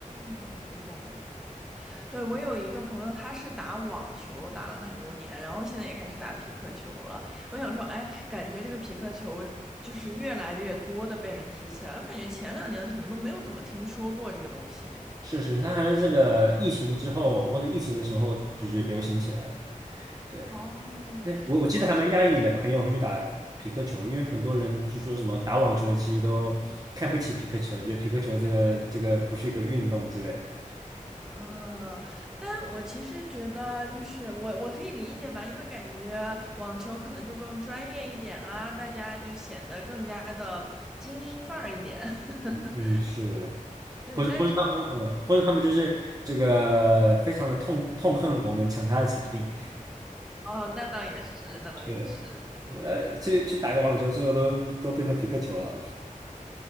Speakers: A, in the centre; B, on the right.
A: 我懂了，我懂了。对，我有一个朋友，他是打网球打了很多年，然后现在也开始打匹克球了。我想说，哎，感觉这个匹克球就是越来越多的被人提起来，我感觉前两年可能都没有怎么听说过这个东西。
B: 是是，它还是这个疫情之后或者疫情的时候就是流行起来的。对，
A: 哦，
B: 那我我记得还蛮讶异你的朋友会去打皮克球，
A: 一开始。
B: 因为很多人就说什么打网球其实都看不起皮克球，觉得皮克球这个这个不是一个运动之类的。
A: 呃，但我其实觉得，就是我我可以理解吧，因为感觉网球可能就更专业一点啊，大家就显得更加的精英范儿一点。<laughs>
B: 嗯，是，
A: 对，
B: 或者或者他呃，
A: 但是
B: 或者他们就是这个非常的痛痛恨我们抢他的场地，
A: 哦，那倒也是，那倒也是。
B: 呃呃，去去打个网球，所有都都变成匹克球了。